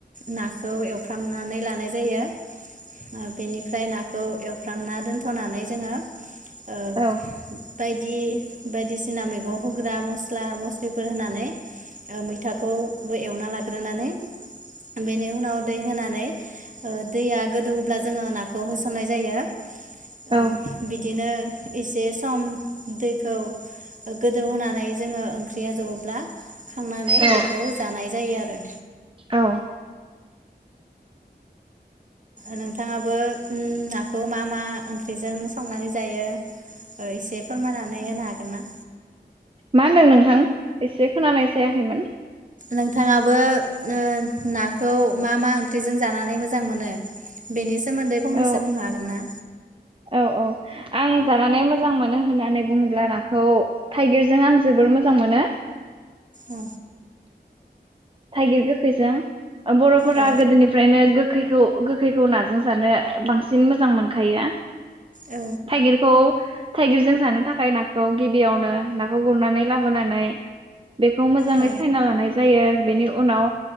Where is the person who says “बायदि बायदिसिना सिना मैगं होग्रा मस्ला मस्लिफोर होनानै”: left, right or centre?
Right